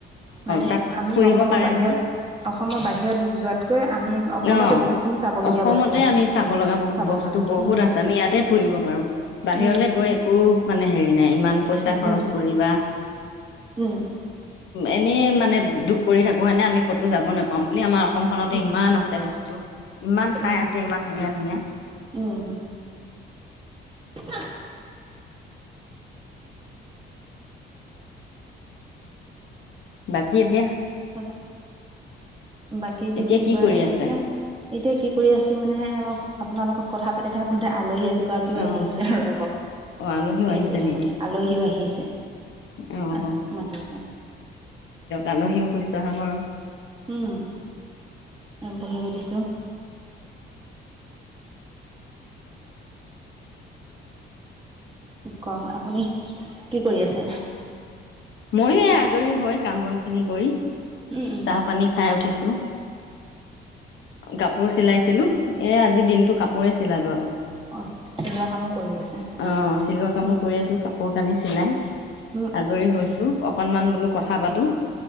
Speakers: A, on the right; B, on the left.
A: মানে
B: তাত
A: আমি
B: ফুৰিব
A: অসমৰ
B: পাৰে
A: বাহিৰত
B: নহয়
A: অসমৰ বাহিৰত যোৱাত কৈ আমি অসমতে
B: অ
A: বহুতখিনি চাবলগীয়া
B: অসমতে
A: বস্তু আছে
B: আমি চাব লগা বহু
A: চাব
B: বস্তু
A: পাৰোঁ
B: বহুত
A: উম
B: আছে আমি ইয়াতে ফুৰিব পাৰো বাহিৰলে
A: উম
B: গৈ একো মানে হেৰি নাই ইমান পইচা খৰচ
A: উম
B: কৰিবা
A: উম
B: এনে মানে দুখ কৰি থাকো মই এনে আমি ক'তো যাব নাপাওঁ বুলি আমাৰ অসমখনতে
A: উম
B: ইমান আছে বস্তু ইমান ঠাই
A: উম
B: আছে ইমান ধুনীয়া ধুনীয়া
A: উম <unintelligible>
B: বাক কেতিয়া
A: <unintelligible> বাকী কি
B: এতিয়া
A: বুলি কয়
B: কৰি
A: এ
B: আছে
A: এতিয়া এতিয়া কি । কৰি আছোঁ মানে আপোনাৰ লগ কথাাতি থাকোঁতে আলহী এ এগৰাকীও
B: অ
A: আহি আহিছে ৰব
B: অ আলহীও আহিছে
A: এই কৰি থাকোতে
B: নেকি
A: আলহীও আহি
B: অ
A: আছে
B: অ
A: মাতি
B: আলহীক শুচ্ছহাহৰ
A: উম বহিব দিছো কক আপুনি কি কৰি আছে <unintelligible>
B: ময়ো এই আজৰি হৈ কাম বন খিনি কৰি
A: উম উম
B: চাহ পানী খাই উঠিছো কাপোৰ চিলাইছিলো এ আজি দিনতটো কাপোৰে চিলালো আও
A: অ চিলোৱা কামো কৰি আছে
B: অ চিলোৱা কামো
A: হুম
B: কৰি
A: হুম
B: আছো কাপোৰ কানি চিলাই আজৰি হৈছো অকনমান বোলো কথা পাতো